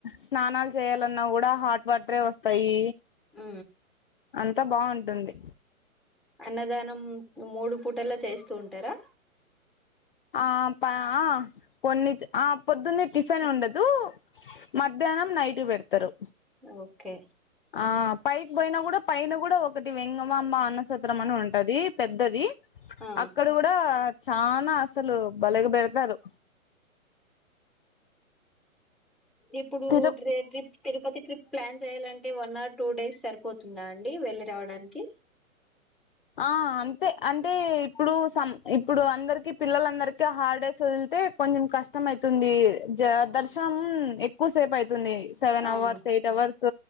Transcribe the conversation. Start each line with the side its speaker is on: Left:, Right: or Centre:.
Left: స్నానాలు చేయాలన్నా కూడా హాట్ వాటరే వస్తాయి
Centre: అ
Left: అంతా బాగుంటుంది
Centre: అన్నదానం మూడు పూటల్లో చేస్తూ ఉంటరా
Left: ఆ పా కొన్ని చే ఆ పొద్దున్నే టిఫిన్ ఉండదు. మధ్యాహ్నం నైట్ పెడతారు.
Centre: ఓకే
Left: ఆ పైకి పోయినా కూడా పైన కూడా ఒకటి వెంగమామ్మ అన్నసత్ సత్రం అని ఉంటది పెద్దది
Centre: ఆ
Left: అక్కడ కూడా చానా అసలు బలేగ పెడతారు
Centre: ఇప్పుడు
Left: తిరు
Centre: ట్రిప్ తిరుపతి ట్రిప్ ప్లాన్ చేయాలంటే వన్ ఆర్ టూ డేస్ సరిపోతుందా అండి వెళ్ళి రావడానికి
Left: ఆ అంతే అంటే ఇప్పుడు సం ఇప్పుడు అందరికి పిల్లలందరికిీ హాలిడేస్ వదిలితే, కొంచెం కష్టం అయితుంది. జ దర్శనం ఎక్కువ సేపు అయితు ఉంది సెవెన్
Centre: అవును
Left: అవర్స్ ఎయిట్ అవర్స్